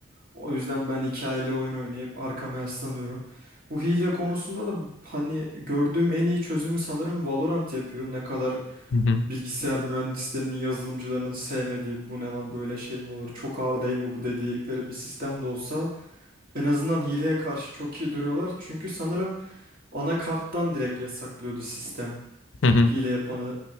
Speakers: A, on the right (about 50°); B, on the left (about 75°).
A: O yüzden ben hikayeli oyun oynayıp arkama yaslanıyorum. Bu hile konusunda da hani gördüğüm en iyi çözümü sanırım Valorant yapıyor. Ne kadar
B: hı hı,
A: bilgisayar mühendislerinin, yazılımcılarının sevmediği bu ne lan böyle şey mi olur, çok ağır değil mi bu dedikleri bir sistem de olsa en azından hileye karşı çok iyi duruyorlar. Çünkü sanırım anakarttan direkt yasaklıyordu sistem
B: hı hı.
A: hile yapanı